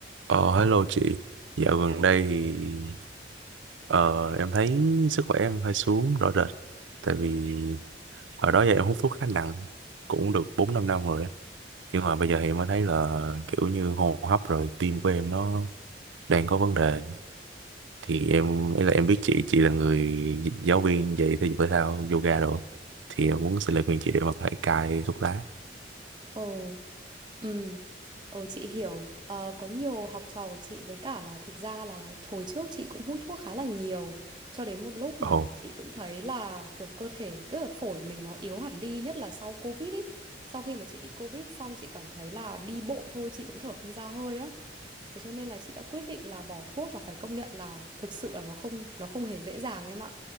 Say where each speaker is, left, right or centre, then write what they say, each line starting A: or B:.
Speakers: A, on the right (about 85°); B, on the right (about 25°).
A: Ờ, hello chị. Dạo gần đây thì ờ, em thấy sức khỏe em hơi xuống rõ rệt. Tại vì hồi đó giờ em hút thuốc khá nặng, cũng được bốn năm năm rồi. á. Nhưng mà bây giờ thì em mới thấy là kiểu như hô hấp rồi tim của em nó đang có vấn đề. Thì em, ý là em biết chị, chị là người giáo viên dạy thể dục thể thao, yoga đồ. Thì em muốn xin lời khuyên chị để mà có thể cai thuốc lá.
B: Ồ, ừ, ờ chị hiểu. Ờ, có nhiều học trò của chị với cả là thực ra là hồi trước chị cũng hút thuốc khá là nhiều cho đến một lúc
A: Ồ,
B: mà chị cũng thấy là kiểu cơ thể, cứ là phổi mình nó yếu hẳn đi nhất là sau Covid ý. Sau khi mà chị bị Covid xong chị cảm thấy là đi bộ thôi chị cũng thở không ra hơi á. Thế cho nên là chị đã quyết định là bỏ thuốc mà phải công nhận là thực sự là nó không nó không hề dễ dàng em ạ.